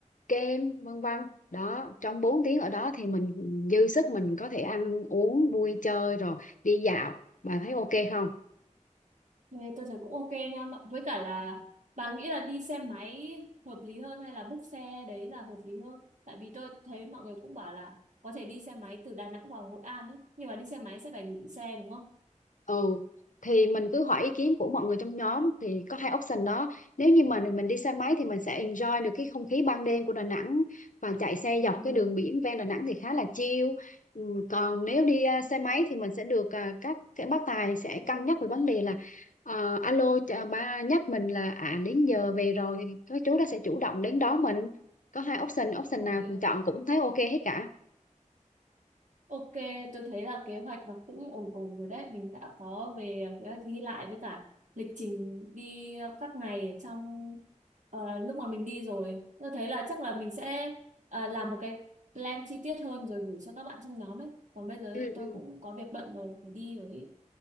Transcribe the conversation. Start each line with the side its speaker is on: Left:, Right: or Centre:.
Left: kem vân vân đó trong 4 tiếng ở đó thì mình dư sức mình có thể ăn uống vui chơi rồi đi dạo bà thấy ok không
Right: Thế tôi thấy cũng ok nha mọi- với cả là bà nghĩ là đi xe máy hợp lý hơn hay là book xe đấy là hợp lý hơn tại vì tôi thấy mọi người cũng bảo là có thể đi xe máy từ Đà Nẵng vào Hội An ấy nhưng mà đi xe máy sẽ phải gửi xe đúng không?
Left: ừ thì mình cứ hỏi ý kiến của mọi người trong nhóm thì có hai option đó nếu như mà mình đi xe máy thì mình sẽ enjoy được cái không khí ban đêm của Đà Nẵng và chạy xe dọc
Right: Ừ.
Left: cái đường biển ven Đà Nẵng thì khá là chill Ừ, còn nếu đi à, xe máy thì mình sẽ được à, các các bác tài sẽ cân nhắc về vấn đề là ờ, alo chà, ba nhắc mình là à đến giờ về rồi thì các chú đó sẽ chủ động đến đón mình có hai option option
Right: Ok.
Left: nào mình chọn cũng thấy ok hết cả
Right: Ok, tôi thấy là kế hoạch nó cũng ổn ổn rồi đấy. Mình đã có về kế hoạch đi lại với cả lịch trình đi các ngày trong ờ, lúc mà mình đi rồi. Tôi thấy là chắc là mình sẽ ờ, làm một cái plan chi tiết hơn rồi gửi cho các bạn trong nhóm ấy. Còn bây giờ
Left: ừ
Right: tôi
Left: ừ
Right: cũng có việc bận rồi, phải đi rồi. ấy.